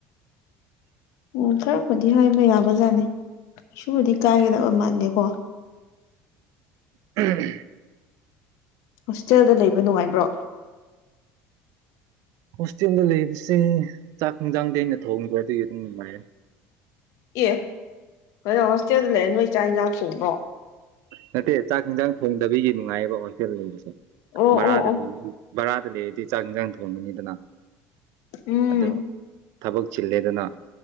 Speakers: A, on the left; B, on the right.
A: ꯎꯝ ꯈꯔꯕꯨꯨꯗꯤ ꯍꯥꯏꯕ ꯌꯥꯕ ꯖꯥꯠꯅꯤ ꯀꯩꯁꯨꯕꯨꯗꯤ ꯀꯥꯏꯒꯗꯕ ꯃꯥꯟꯗꯦꯀꯣ
B: ꯎꯝ
A: ꯍꯣꯁꯇꯦꯜꯗ ꯂꯩꯕ ꯅꯨꯡꯉꯥꯏꯕ꯭ꯔꯣ
B: ꯍꯣꯁꯇꯦꯜꯗ ꯂꯩꯕꯁꯦ ꯆꯥꯛ ꯏꯟꯖꯥꯡꯗꯤ ꯑꯩꯅ ꯊꯣꯡꯕ ꯑꯗꯨꯒꯤ ꯑꯗꯨꯝ ꯅꯨꯡꯉꯥꯏꯌꯦ
A: ꯑꯦ ꯀꯩꯅꯣ ꯍꯣꯁꯇꯦꯜꯗ ꯂꯩꯔ ꯅꯣꯏ ꯆꯥꯛ ꯏꯟꯖꯥꯡ ꯊꯣꯡꯕ꯭ꯔꯣ꯫
B: ꯅꯠꯇꯦ ꯆꯥꯛ ꯏꯟꯖꯥꯡ ꯊꯣꯡꯗꯕꯤꯒꯤ ꯅꯨꯡꯉꯥꯏꯌꯦꯕ ꯍꯣꯁꯇꯦꯜꯗ ꯂꯩꯕꯁꯦ
A: ꯑꯣ
B: ꯚꯔꯥꯗ
A: ꯑꯣ ꯑꯣ
B: ꯚꯔꯥꯗ ꯂꯩꯔꯗꯤ ꯆꯥꯛ ꯏꯟꯖꯥꯡ ꯊꯣꯡꯕꯅꯤꯗꯅ
A: ꯎꯝ
B: ꯑꯗꯣ ꯊꯕꯛ ꯆꯤꯜꯂꯦꯗꯅ